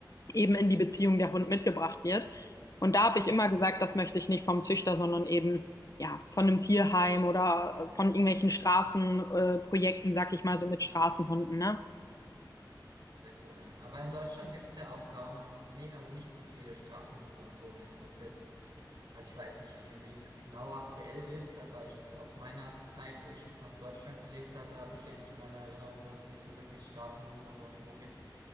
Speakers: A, on the left (about 45°); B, on the right (about 70°).
A: eben in die Beziehung der Hund mitgebracht wird. Und da habe ich immer
B: Ja,
A: gesagt, das möchte ich nicht vom Züchter, sondern eben ja von einem Tierheim oder äh, von irgendwelchen Straßenprojekten, äh, Projekten, sag ich
B: hm.
A: mal, so mit Straßenhunden, ne?
B: Sehr cool, ja. Aber in Deutschland gibt es ja auch kaum, nee, also nicht so viele Straßenhunde und Co., wenn ich das jetzt Also ich weiß nicht, wie, wie es genau aktuell ist, aber ich, aus meiner Zeit, wo ich jetzt noch in Deutschland gelebt hatte, habe ich eigentlich in meiner Erinnerung, dass es nicht so wirklich Straßenhunde und Co. gibt.